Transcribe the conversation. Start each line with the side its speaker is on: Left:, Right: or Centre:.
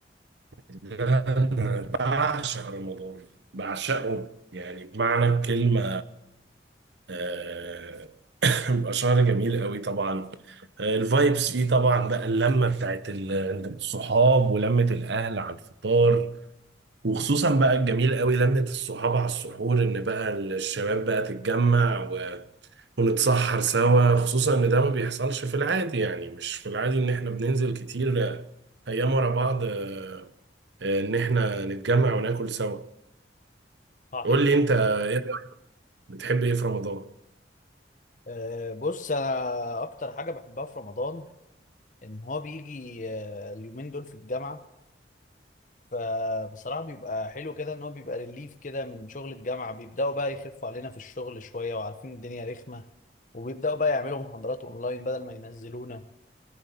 Right: ده انا بعشق رمضان بعشقه يعني بمعنى الكلمة آه، <laughs> بيبقى شهر جميل قوي طبعا آه، الفايبس فيه طبعا بقى اللمة بتاعت ال- الصحاب ولمة الأهل على الفطار وخصوصا بقى الجميل قوي لمة الصحاب على السحور إن بقى الشباب بقى تتجمع ونتسحر سوا خصوصا ان ده ما بيحصلش في العادي يعني مش في العادي ان احنا بننزل كتير آه، ايام ورا بعض آه، آه، ان احنا نتجمع وناكل سوا
Left: صحيح
Right: قول لي انت ايه رأيك؟ بتحب ايه في رمضان
Left: أه بص انا اكتر حاجه بحبها في رمضان ان هو بيجي أه اليومين دول في الجامعه فبصراحة بيبقى حلو كده ان هو بيبقى ريليف كده من شغل الجامعة بيبدأوا بقى يخفوا علينا في الشغل شوية وعارفين الدنيا رخمة وبيبدأوا بقى يعملوا محاضرات اونلاين بدل ما ينزلونا